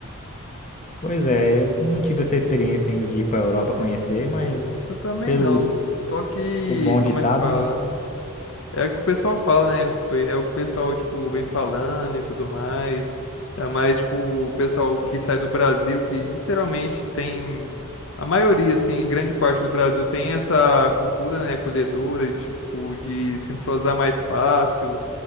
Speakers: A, on the left; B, on the left.
A: Pois é, eu não tive essa experiência ainda de ir para a Europa conhecer,
B: É,
A: mas
B: eu também
A: pelo
B: não. Só que,
A: o bom ditado,
B: como é que fala?
A: né?
B: É o que o pessoal fala, né? Foi, é o que o pessoal, tipo, vem falando e tudo mais. É mais, tipo, o pessoal que sai do Brasil, que literalmente tem. A maioria, assim, grande parte do Brasil tem essa cultura, né, acolhedora, tipo, de se entrosar mais fácil